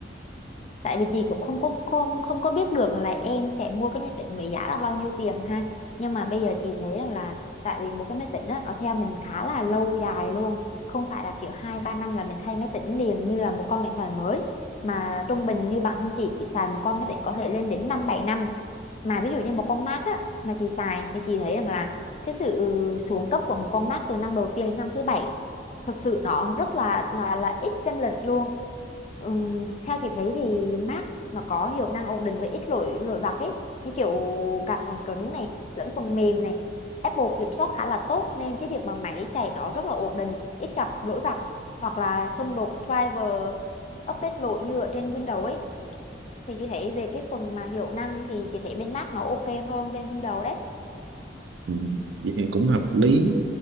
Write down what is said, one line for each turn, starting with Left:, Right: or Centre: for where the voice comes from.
Left: tại vì chị cũng không có không không có biết được là em sẽ mua cái máy tính với giá là bao nhiêu tiền ha nhưng mà bây giờ chị thấy rằng là tại vì một cái máy tính đó, nó theo mình khá là lâu dài luôn không phải là kiểu hai ba năm là mình thay máy tính liền như là một con điện thoại mới mà trung bình như bản thân chị chị xài một con máy tính có thể lên đến năm bảy năm mà ví dụ như một con Mac á mà chị xài thì chị thấy rằng là cái sự xuống cấp của một con Mac từ năm đầu tiên đến năm thứ bảy thực sự nó rất là là là ít chênh lệch luôn Ừm, theo chị thấy thì Mac nó có hiệu năng ổn định với ít lỗi lỗi vặt ấy như kiểu cả phần cứng này lẫn phần mềm này Apple kiểm soát khá là tốt nên cái việc mà máy chạy nó rất là ổn định ít gặp lỗi vặt hoặc là xung đột driver update lỗi như ở trên Windows ấy thì chị thấy về cái phần mà hiệu năng thì chị thấy bên Mac nó ok hơn bên Windows đấy
Right: Ừ, Vậy thì cũng hợp lý